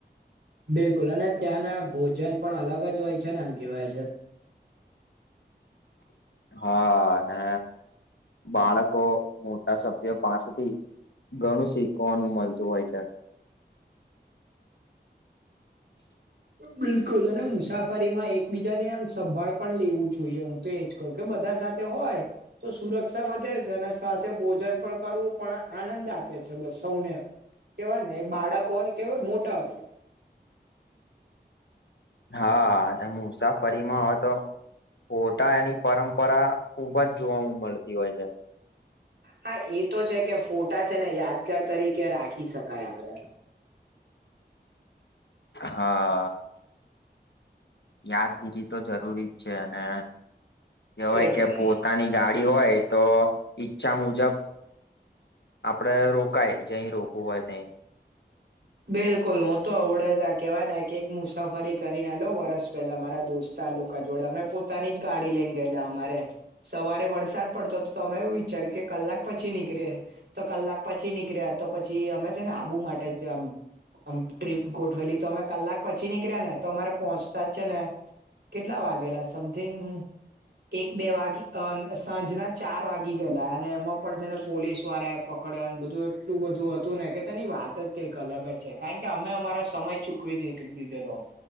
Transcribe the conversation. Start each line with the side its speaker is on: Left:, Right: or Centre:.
Right: બિલકુલ અને ત્યાંના ભોજન પણ અલગ જ હોય છે ને આમ કેવાય છે.
Left: હા અને બાળકો મોટા સભ્યો પાસેથી ઘણું શીખવાનું મળતું હોય છે.
Right: બિલકુલ અને મુસાફરીમાં એકબીજા ને આમ સંભાળ પણ લેવું જોઈએ. તો એજ કહું કે બધા સાથે હોય તો સુરક્ષા વધે છે અને સાથે ભોજન પણ કરવું પણ આનંદ આપે છે બસ સૌને. કેવાય ને એ બાળક હોય કે મોટા હોય.
Left: હા અને મુસાફરીમાં હવે તો ઓટા એની પરંપરા ખુબ જ જોવા મળતી હોય છે.
Right: હા એ તો છે કે ફોટા છે ને યાદગાર તરીકે રાખી શકાય આપડે.
Left: હા. યાદગીરી તો જરૂરી જ છે અને કહેવાય
Right: એજ
Left: કે
Right: ને
Left: પોતાની ગાડી ઈ હોય તો ઈચ્છા મુજબ આપડે રોકાય જઈ, રોકવું હોય ત્યાં.
Right: બિલકુલ, હું તો અવડે જ આ કેવાય ને કે, એક મુસાફરી કરીને લઉ વરસ પેલા મારા દોસ્ત લોકો જોડે, અમે પોતાની જ ગાડી લઈને ગયેલા અમારે. સવારે વરસાદ પડતો, તો તમે એવું વિચાર્યું કે, કલાક પછી નીકળે. તો કલાક પછી નીકળ્યા, તો પછી અમે છે ને, આબુ માટે છે. આમ ટ્રીપ ગોઠવેલી, તો અમે કલાક પછી નીકળ્યા ને, તો અમારે પહોંચતા જ છે ને કેટલા વાગેલા સમથિંગ? એક બે વાગી, સાંજના ચાર વાગી ગયેલા, અને એમાં પણ છે ને પોલીસ વાળા પકડ્યાને, બધું એટલું બધું હતું ને કે, તેની વાત જ કે અલગ જ છે, કારણ કે અમે અમારા સમય ચૂકવી દીધેલો.